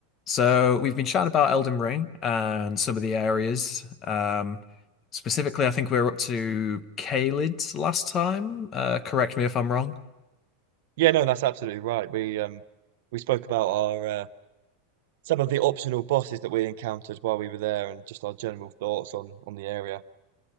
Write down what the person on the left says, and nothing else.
So we've been chatting about Elden Ring and some of the areas. Um, specifically, I think we were up to Caelid last time. Uh, correct me if I'm wrong.